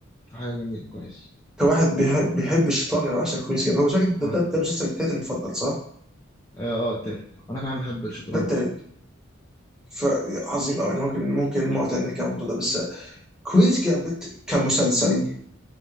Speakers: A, on the left; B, in the centre.
A: حاجة جميلة كويس
B: كواحد بيحب, بيحب الشيطان انا بعشق كوينز جامبت هو شكل ده,
A: وأنا
B: ده, ده المسلسل التالت المفضل صح؟
A: آه آه، التالت أنا كمان بحب الشطرنج
B: ده التالت
A: فعلا
B: فعظيم قوي احنا ممكن ممكن مرة تانية نتكلم عن الموضوع ده بس كوينز جامبت كمسلسل